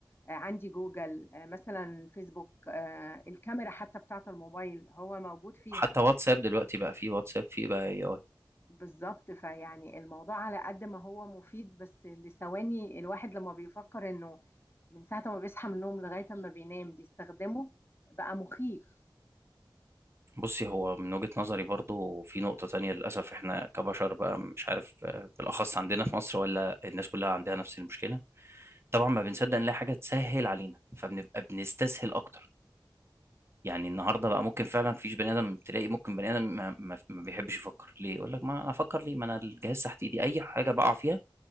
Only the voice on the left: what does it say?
آه، عندي جوجل آه، مثلا فيسبوك آه، الكاميرا حتى بتاعة الموبايل هو موجود فيها
بالظبط فيعني الموضوع على قد ما هو مفيد بس لثواني الواحد لما بيفكر انه من ساعة ما بيصحى من النوم لغاية ما بينام بيستخدمه بقى مخيف